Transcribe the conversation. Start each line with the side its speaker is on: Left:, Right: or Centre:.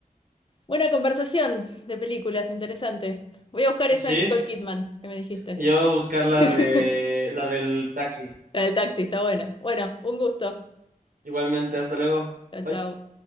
Left: buena conversación de películas, interesante. Voy a buscar esa
Right: Sí,
Left: de Nicole Kidman que me dijiste.
Right: y yo voy a buscar la
Left: <laughs>
Right: de la del taxi.
Left: La del taxi, está buena. Bueno, un gusto.
Right: Igualmente, hasta luego.
Left: Chao,
Right: Bye.
Left: chao.